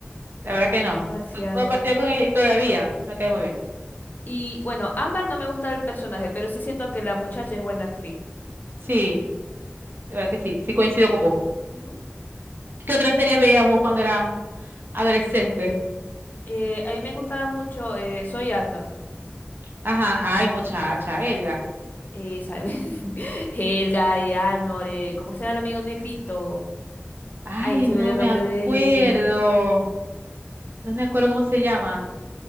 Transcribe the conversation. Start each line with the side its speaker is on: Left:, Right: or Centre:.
Right: La verdad que no.
Left: Demasiado.
Right: No he partido con ella y todavía me cae muy bien.
Left: Y bueno, Ámbar no me gusta el personaje, pero sí siento que la muchacha es buena actriz.
Right: Sí, de verdad que sí. Sí coincido con vos.
Left: Ujú.
Right: ¿Qué otra serie veías vos cuando era adolescente?
Left: Eh, a mí me gustaba mucho eh, Soy Arnold.
Right: Ajá, ay, muchacha, Elga.
Left: Eh, ¿sabe? <laughs> Helga, eh, Arnold, eh, ¿cómo se llama el amigo negrito?
Right: Ay,
Left: Ay, se
Right: no
Left: me dio el
Right: me
Left: nombre
Right: acuerdo.
Left: de él.
Right: No me acuerdo cómo se llama.